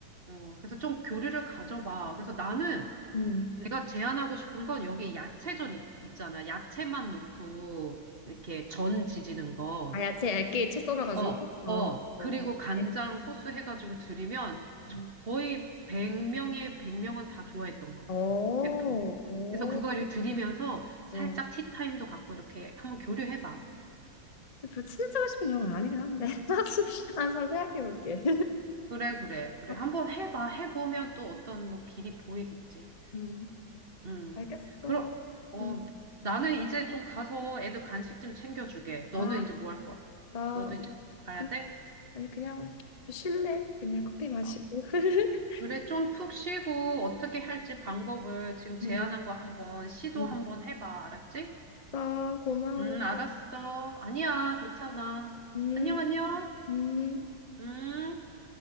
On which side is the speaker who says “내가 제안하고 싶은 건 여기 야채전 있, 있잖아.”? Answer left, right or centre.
Right